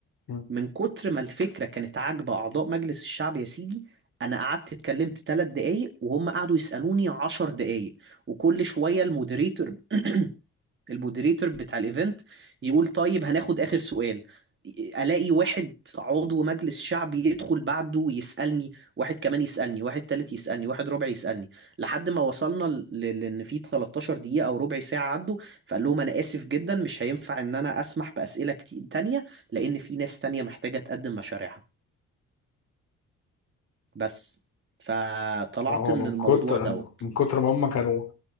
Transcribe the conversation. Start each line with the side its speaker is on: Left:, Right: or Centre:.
Left: مم.
Right: من كتر ما الفكرة كانت عاجبة أعضاء مجلس الشعب يا سيدي أنا قعدت اتكلمت ثلاث دقايق وهم قعدوا يسألوني عشر دقايق وكل شوية المودريتور <clears throat> المودريتور بتاع الايفنت يقول طيب هناخد اخر سؤال الاقي واحد عضو مجلس شعبي يدخل بعده ويسالني واحد كمان يسالني واحد تالت يسالني واحد ربع يسالني لحد ما وصلنا ل- ل- لان في 13 دقيقه او ربع ساعه عدوا فقال لهم انا اسف جدا مش هينفع ان انا اسمح باسئله كتير تانية لان في ناس تانية محتاجه تقدم مشاريعها بس فطلعت
Left: هو
Right: من
Left: من
Right: الموضوع
Left: كتر
Right: دوت
Left: من كتر ما هم كانوا